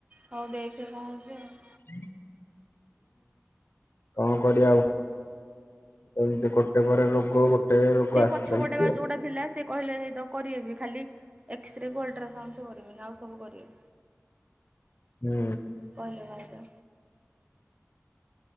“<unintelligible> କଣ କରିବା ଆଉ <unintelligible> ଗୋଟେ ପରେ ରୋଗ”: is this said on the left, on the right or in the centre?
Left